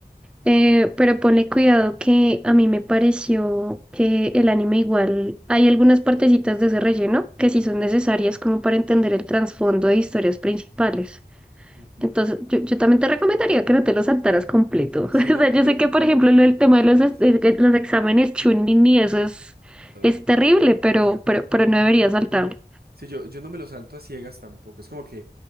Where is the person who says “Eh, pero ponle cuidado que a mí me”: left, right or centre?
Centre